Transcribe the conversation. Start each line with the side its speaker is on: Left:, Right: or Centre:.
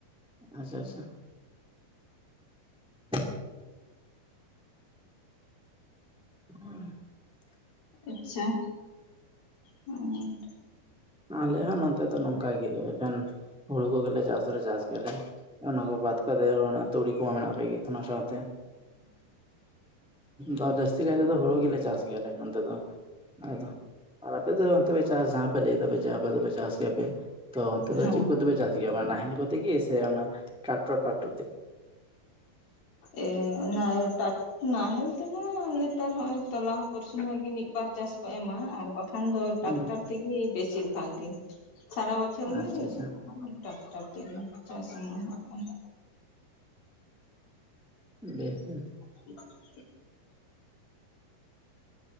Centre: ᱟᱪᱪᱷᱟ ᱟᱪᱪᱷᱟ <inaudible> <inaudible>
Left: ᱟᱪᱪᱷᱟ ᱦᱩᱸ
Centre: ᱟᱞᱮ ᱦᱚᱸ ᱱᱚᱛᱮ ᱫᱚ ᱱᱚᱝᱠᱟ ᱜᱮ ᱮᱠᱷᱮᱱ ᱦᱩᱲᱩ ᱠᱚᱜᱮᱞᱮ ᱪᱟᱥ ᱨᱮ ᱪᱟᱥ ᱜᱮᱭᱟᱞᱮ ᱚᱱᱟ ᱠᱚ ᱵᱟᱫ ᱠᱟᱛᱮ ᱚᱱᱟ ᱛᱩᱲᱤ ᱠᱚᱦᱚᱸ ᱢᱮᱱᱟᱜ ᱠᱟᱜ ᱜᱮ ᱚᱱᱟ ᱥᱟᱶᱛᱮ ᱦ ᱡᱟᱥᱥᱛᱤ ᱠᱟᱭᱛᱮ ᱫᱚ ᱦᱳᱲᱩ ᱜᱮᱞᱮ ᱪᱟᱥ ᱜᱮ ᱱᱚᱸᱛᱮ ᱫᱚ ᱟᱫᱚ ᱟᱯᱮ ᱫᱚ ᱚᱱᱛᱮ ᱯᱮ ᱪᱟᱥ ᱡᱟᱦᱟᱸ ᱯᱮ ᱞᱟ. ᱭ ᱡᱮ ᱟᱯᱮ ᱫᱚ ᱯᱮ ᱪᱟᱥ ᱜᱮᱭᱟᱯᱮ ᱛᱚ ᱚᱱᱛᱮ ᱫᱚ
Left: ᱦᱮᱸ
Centre: ᱪᱮᱫ ᱠᱚᱛᱮᱯᱮ ᱪᱟᱥ ᱜᱮᱭᱟ ᱱᱟᱦᱮᱞ ᱠᱚᱛᱮ ᱜᱮ ᱥᱮ ᱚᱱᱟ ᱴᱨᱟᱠᱴᱚᱨ ᱴᱨᱟᱠᱴᱚᱨ ᱛᱮ
Left: ᱮ ᱚᱱᱟ ᱴᱟ ᱱᱟᱦᱮᱞ ᱛᱮᱢᱟ ᱱᱤᱛ ᱱᱮᱛᱟᱨ ᱱᱚᱦᱚᱭ ᱛᱚ ᱞᱟᱦᱟ ᱟᱯᱷᱚᱨ ᱥᱩᱢᱚᱭ ᱜᱮ ᱢᱤᱫ ᱵᱟᱨ ᱪᱟᱥ ᱠᱚ ᱮᱢᱟ ᱟᱨ ᱵᱟᱠᱷᱟᱱ ᱫᱚ ᱴᱟᱨᱟᱠᱴᱟᱨ
Centre: ᱦᱩᱸ
Left: ᱛᱮᱜᱮ ᱵᱮᱥᱤᱨ ᱵᱷᱟᱜᱽ ᱜᱮ ᱥᱟᱨᱟ ᱵᱚᱪᱷᱚᱨ ᱜᱤ
Centre: ᱟᱪᱪᱷᱟ ᱟᱪᱪᱷᱟ
Left: ᱴᱨᱟᱠᱴᱟᱨ ᱛᱮᱜᱮ ᱪᱟᱥ ᱮᱢᱚᱜ ᱠᱟᱱᱟ
Centre: <inaudible> ᱵᱮᱥ ᱵᱮᱥ
Left: <unintelligible>